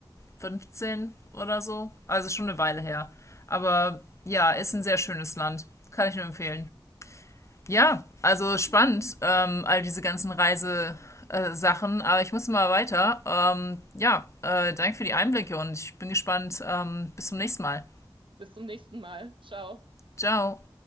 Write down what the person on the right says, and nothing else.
Bis zum nächsten Mal. Ciao.